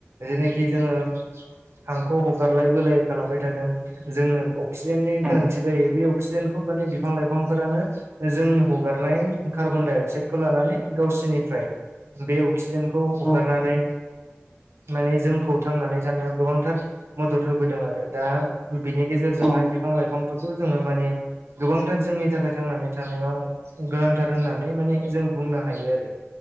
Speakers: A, on the right; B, on the right.
A: जायनाखि जोङो हांखौ हगारलाय बोलाय खालामबाय थादों जोंनो अक्सिजेननि
B: उम
A: गोनांथि जायो बे अक्सिजेनखौ माने बिफां लाइफांफोरानो जों हगारनाय कार्बन डाइ अक्साइदखौ लानानै गावसोरनिफ्राय बे अक्सिजेनखौ हगारनानै
B: उम
A: माने जोंखौ थांनानै थानायाव गोबांथार मदद होबोदों आरो दा बिनि गेजेरजोंहाय
B: उम
A: बिफां लाइफांफोरखौ जोङो माने गोबांथार जोंनि थाखाय थांनानै थानायाव गोनांथार होननानै माने जों बुंनो हायो आरो